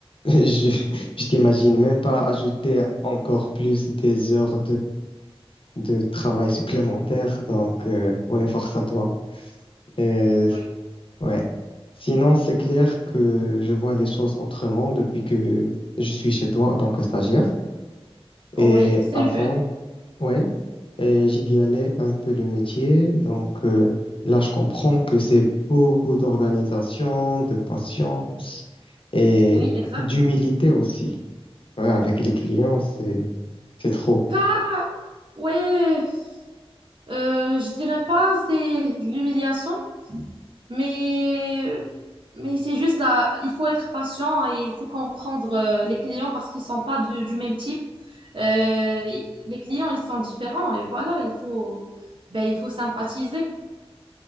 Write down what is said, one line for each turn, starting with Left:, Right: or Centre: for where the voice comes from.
Left: <laughs> je, je t'imagine même pas ajouter encore plus des heures de travail supplémentaire. Donc, euh, ouais, force à toi. Et,
Right: Oui,
Left: ouais. Sinon, c'est clair que je vois les choses autrement depuis que je suis chez toi en tant que stagiaire. Et
Right: oui, c'est
Left: avant,
Right: le but.
Left: ouais, et j'idéalais un peu le métier. Donc, euh, là, je comprends que c'est beaucoup d'organisation, de patience et
Right: Oui, exactement.
Left: d'humilité aussi. Ouais, avec les clients, c'est, c'est trop.
Right: Pas, ouais. Euh, je dirais pas c'est l'humiliation, mais, mais c'est juste à- il faut être patient et il faut comprendre euh, les clients parce qu'ils sont pas de- du même type. Euh, les clients, ils sont différents et voilà, il faut, ben, il faut sympathiser.